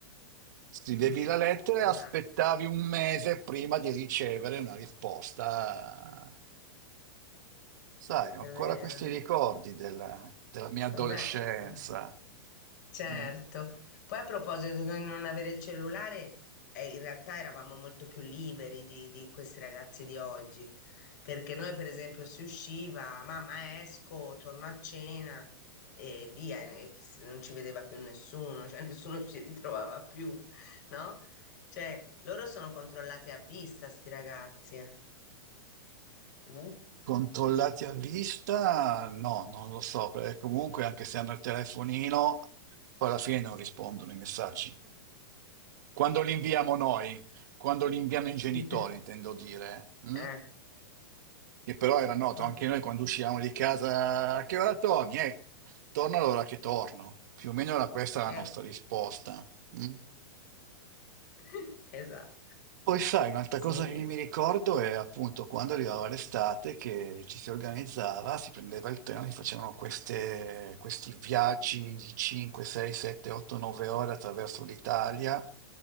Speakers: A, on the right; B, on the left.
A: Scrivevi
B: Eh sì,
A: la lettera
B: esatto.
A: e aspettavi un mese prima di ricevere una risposta. Sai, ho
B: È
A: ancora
B: vero.
A: questi ricordi della, della mia
B: È
A: adolescenza.
B: bello, eh? Certo.
A: Mm.
B: Poi a proposito di non avere il cellulare, eh, in realtà eravamo molto più liberi di, di questi ragazzi di oggi, perché noi per esempio si usciva, mamma esco, torno a cena e via, e ne- chi s- non ci vedeva più nessuno, cioè <laughs> nessuno ci ritrovava più, no? Cioè, loro sono controllati a vista, sti ragazzi, eh. no?
A: Controllati a vista? No, non lo so, perché comunque anche se hanno il telefonino, poi alla fine non rispondono i messaggi. Quando li inviamo noi, quando li inviano i genitori,
B: <laughs>
A: intendo dire, mm?
B: Eh.
A: Che però era noto
B: Eh.
A: anche noi quando uscivamo di casa, a che ora torni? Eh, torno all'ora che torno. Più o meno era questa la
B: Eh.
A: nostra risposta. mm?
B: <laughs> Esatto,
A: Poi sai, un'altra
B: sì.
A: cosa che mi ricordo è appunto quando arrivava l'estate che ci si organizzava, si prendeva il treno, si facevano queste- questi viaggi di 5, 6, 7, 8, 9 ore attraverso l'Italia